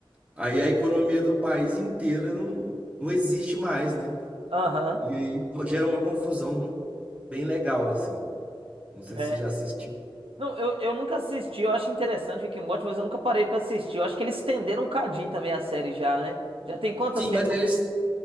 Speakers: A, on the right; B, on the right.
A: aí a economia do país inteira não, não existe mais, né?
B: Aham.
A: E aí gera uma confusão bem legal, assim. Não sei
B: É.
A: se você já assistiu.
B: Não, eu, eu nunca assisti, eu acho interessante Rick and Morty, mas eu nunca parei pra assistir. Eu acho que eles estenderam um cadinho também a série já, né? Já tem quantas
A: Sim,
B: temporadas?
A: mas eles